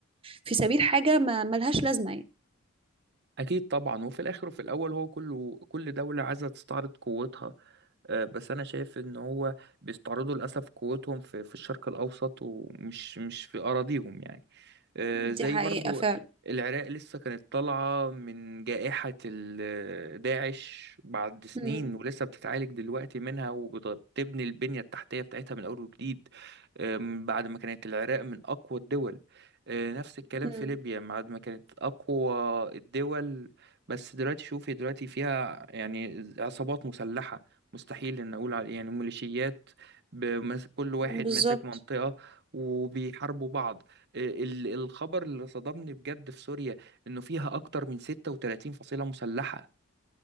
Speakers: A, on the right; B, on the right.
A: في سبيل حاجة ما ملهاش لازمة يعني
B: أكيد طبعا وفي الآخر وفي الأول هو كله كل دولة عايزة تستعرض قوتها آه، بس انا شايف ان هو بيستعرضوا للاسف قوتهم في في الشرق الاوسط ومش مش في اراضيهم يعني آه، زي
A: دي حقيقة
B: برضو
A: فعلا
B: العراق لسه كانت طالعة من جائحة ال- داعش بعد سنين
A: مم.
B: ولسه بتتعالج دلوقتي منها وبتبني البنية التحتية بتاعتها من أول وجديد آم، بعد ما كانت العراق من أقوى الدول آه، نفس الكلام
A: مم.
B: في ليبيا بعد ما كانت أقوى الدول بس دلوقتي شوفي دلوقتي فيها يعني عصابات مسلحة مستحيل ان اقول على يعني ميليشيات بمس- كل واحد
A: بالظبط
B: ماسك منطقة وبيحاربوا بعض آه، ال- الخبر اللي صدمني بجد في سوريا انه فيها اكتر من 36 فصيلة مسلحة